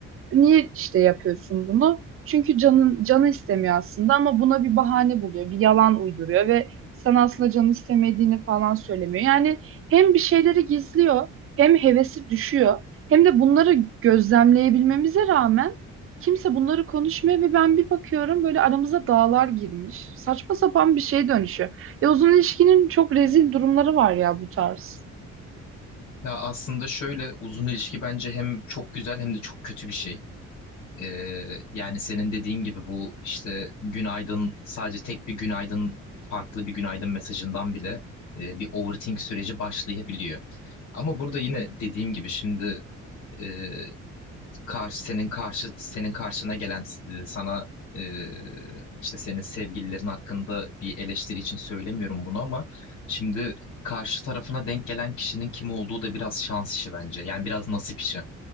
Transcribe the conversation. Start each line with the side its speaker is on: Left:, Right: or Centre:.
Right: Niye işte yapıyorsun bunu? Çünkü canın canı istemiyor aslında ama buna bir bahane buluyor, bir yalan uyduruyor ve sen aslında canı istemediğini falan söylemiyor. Yani hem bir şeyleri gizliyor, hem hevesi düşüyor, hem de bunları gözlemleyebilmemize rağmen kimse bunları konuşmuyor ve ben bir bakıyorum böyle aramıza dağlar girmiş. Saçma sapan bir şey dönüşüyor. E uzun ilişkinin çok rezil durumları var ya bu tarz.
Left: Ya aslında şöyle uzun ilişki bence hem çok güzel hem de çok kötü bir şey. E, yani senin dediğin gibi bu işte günaydın sadece tek bir günaydın farklı bir günaydın mesajından bile e, bir overthink süreci başlayabiliyor. Ama burada yine dediğim gibi şimdi e, karşı senin karşı senin karşına gelen e, sana e, işte senin sevgililerin hakkında bir eleştiri için söylemiyorum bunu ama şimdi karşı tarafına denk gelen kişinin kim olduğu da biraz şans işi bence. Yani biraz nasip işi.